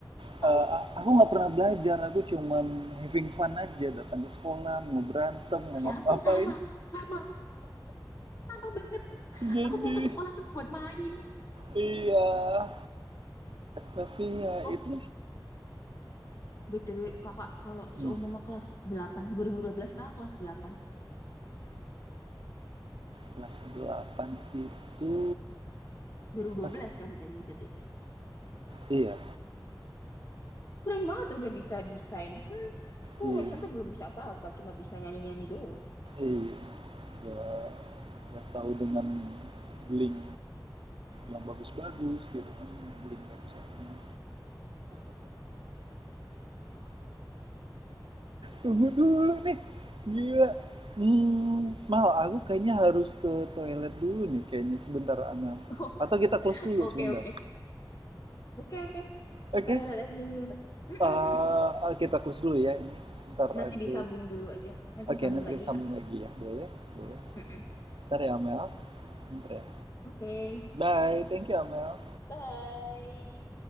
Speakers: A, on the right (about 80°); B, on the left (about 45°).
A: eee,
B: Tapi
A: aku nggak pernah belajar, aku cuman having fun aja datang ke sekolah, mau berantem,
B: Oh
A: mau
B: ya ampun
A: ngapain
B: sama, sama, sama banget.
A: Jadi
B: Aku mau ke sekolah cuma buat main.
A: iya, tapi ya
B: Oh,
A: itu
B: BTW kakak kalau
A: hmm,
B: seumpama kelas delapan, dua ribu dua belas kakak kelas delapan
A: kelas 8 itu
B: dua ribu dua
A: pas
B: belas kan tadi katanya.
A: iya,
B: Keren banget udah bisa desain. Hmm, ku
A: iya.
B: SMP belum bisa apa-apa, cuma bisa nyanyi-nyanyi doang.
A: eh udah udah tahu dengan link yang bagus-bagus gitu kan, link websitenya. Tunggu dulu nih, gila. Mmm, Mal, aku kayaknya harus ke toilet dulu nih kayaknya sebentar, Amel.
B: Oh,
A: Atau kita close dulu
B: oke
A: sebentar?
B: oke. Oke, oke.
A: Oke,
B: Toilet aja dulu. Mm-mm.
A: eee, kita close dulu ya ini, ntar aku
B: Nanti disambung dulu aja. Nanti
A: oke
B: disambung
A: nanti
B: lagi
A: kita sambung
B: nggak?
A: lagi ya, boleh boleh.
B: Mm-mm.
A: ntar ya, Amel, ntar ya.
B: Oke.
A: Bye, thank you, Amel.
B: Bye.